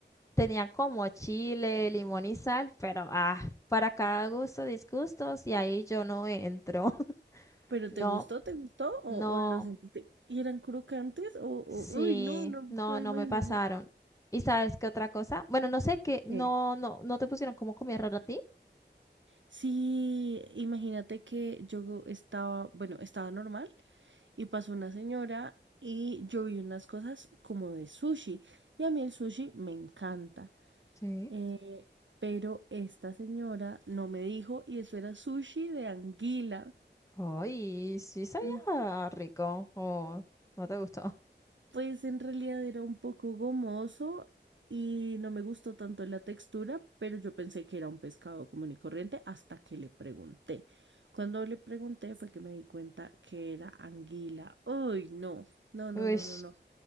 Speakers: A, on the left (about 15°); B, on the right (about 85°).
A: tenían como chile, limón y sal, pero ah, para cada gusto, disgustos, y ahí yo no entro. <laughs>
B: ¿Pero te
A: No,
B: gustó? ¿Te gustó? ¿O,
A: no,
B: o lo sentiste? ¿Y eran crocantes? O, o-
A: sí,
B: uy, no, no
A: no,
B: puedo
A: no
B: imaginarme.
A: me pasaron. ¿Y sabes qué otra cosa? Bueno, no sé qué, no,
B: ¿Qué?
A: no, no te pusieron como comida rara a ti.
B: Sí, imagínate que yo estaba, bueno, estaba normal y pasó una señora y yo vi unas cosas como de sushi y a mí el sushi me encanta.
A: Sí.
B: Eh, pero esta señora no me dijo y eso era sushi de anguila.
A: Ay, sí sabía
B: En-
A: rico. Oh, no te gustó.
B: Pues en realidad era un poco gomoso y no me gustó tanto la textura, pero yo pensé que era un pescado común y corriente hasta que le pregunté. Cuando le pregunté fue que me di cuenta que era anguila. Uy, no, no, no,
A: <laughs>
B: no,
A: Uy,
B: no, no.